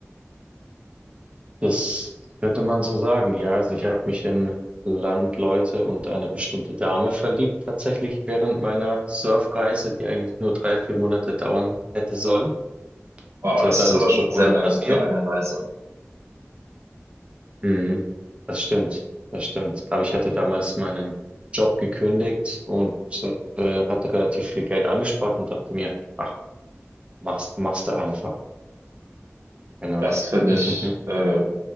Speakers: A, on the right (about 25°); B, on the right (about 70°).
A: Das könnte man so sagen, ja. Also ich habe mich in Landleute und eine bestimmte Dame verliebt, tatsächlich während meiner Surfreise, die eigentlich nur drei, vier Monate dauern hätte sollen.
B: Wow,
A: Und,
B: das
A: äh, Dann
B: ist aber
A: ist
B: schon
A: Corona
B: sehr lange
A: passiert.
B: für eine Reise.
A: Mhm. Das stimmt, das stimmt. Aber ich hatte damals meinen Job gekündigt und äh, hatte relativ viel Geld angespart und dachte mir, ach, mach's, mach's da einfach. Genau.
B: Das finde
A: <laughs>
B: ich, äh,